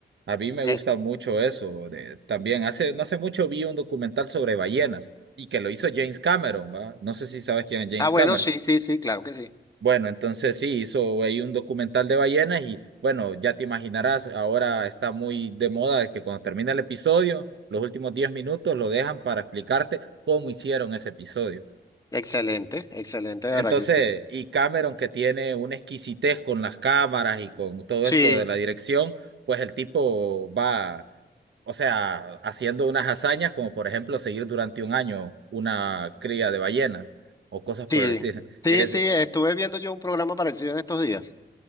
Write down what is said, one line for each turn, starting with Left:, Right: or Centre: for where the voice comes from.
Right: A mí me
Left: Eh,
Right: gusta mucho eso. de- también hace, no hace mucho vi un documental sobre ballenas y que lo hizo James Cameron, ¿va? No sé si sabes quién es James
Left: ah, bueno,
Right: Cameron.
Left: sí, sí, sí, claro que sí.
Right: Bueno, entonces sí, hizo ahí un documental de ballenas y bueno, ya te imaginarás, ahora está muy de moda de que cuando termina el episodio, los últimos 10 minutos lo dejan para explicarte cómo hicieron ese episodio.
Left: Excelente, excelente, de
Right: Entonces,
Left: verdad que sí.
Right: y Cameron que tiene una exquisitez con las cámaras y con todo
Left: Sí,
Right: esto de la dirección, pues el tipo va, o sea, haciendo unas hazañas como por ejemplo seguir durante un año una cría de ballenas o cosas por
Left: sí,
Right: el estilo.
Left: sí,
Right: Es,
Left: sí, estuve viendo yo un programa parecido en estos días.